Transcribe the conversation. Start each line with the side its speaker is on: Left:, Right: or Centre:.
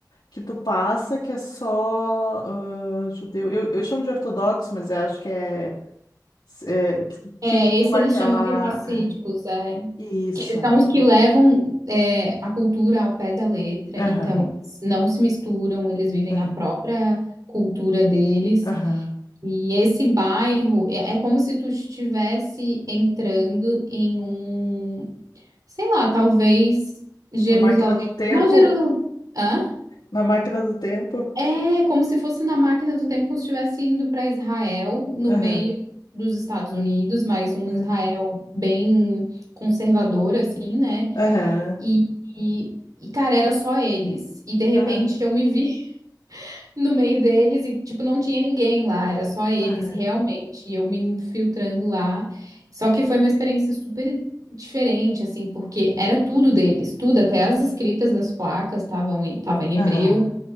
Left: que tu passa que é só ah, judeu. Eu, eu chamo de ortodoxo, mas eu acho que é, é, que,
Right: É,
Left: que usam
Right: esse
Left: aquela.
Right: eles chamam de racídicos.
Left: é.
Right: É.
Left: Isso
Right: Eles
Left: é.
Right: são os que levam é, a cultura ao pé da letra,
Left: Aham,
Right: então eles não se misturam, eles vivem
Left: aham,
Right: a própria cultura deles.
Left: aham.
Right: E esse bairro é é como se tu estivesse entrando em um, sei lá, talvez Jerusalém.
Left: Na máquina do tempo?
Right: Não, Jerusalém. Hã?
Left: Na máquina do tempo?
Right: É como se fosse na máquina do tempo, como se estivesse indo para Israel, no
Left: Aham,
Right: meio dos Estados Unidos, mas um
Left: aham,
Right: Israel bem conservador, assim.
Left: aham,
Right: E, e, e, cara, era só eles. E de repente
Left: aham,
Right: eu me vi. no meio deles e, tipo, não tinha ninguém lá, era só eles,
Left: aham,
Right: realmente. E eu me infiltrando lá. Só que foi uma experiência super diferente, assim, porque era tudo deles, tudo, até as escritas das placas estavam em, tava em
Left: aham,
Right: hebreu.